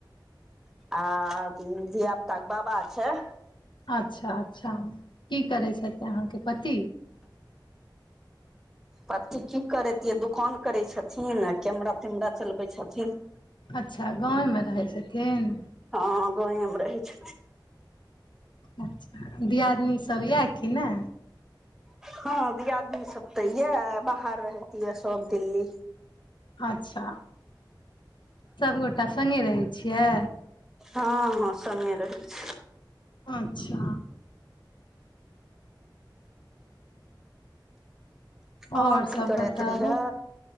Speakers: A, in the centre; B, on the left.
A: आ धिया पुताके बाबा छै
B: अच्छा अच्छा कि करै छथ अहाँके पति
A: पति कि करैतियै दुकान करै छथिन आ कैमरा तेमरा चलबै छथिन
B: अच्छा गाँवेमे रहै छथिन
A: हँ गावे मे रहैय छथिन्ह
B: अच्छा दियदनी सब यए कि नै
A: हँ द आदमी सब तऽ यए बाहर रहत यै सब दिल्ली
B: अच्छा सभगोटा संगे रहै छियै
A: हँ हँ संग रहैत छै
B: अच्छा आओर
A: अहाँ की
B: सभ
A: करैत
B: बताबू
A: रहियै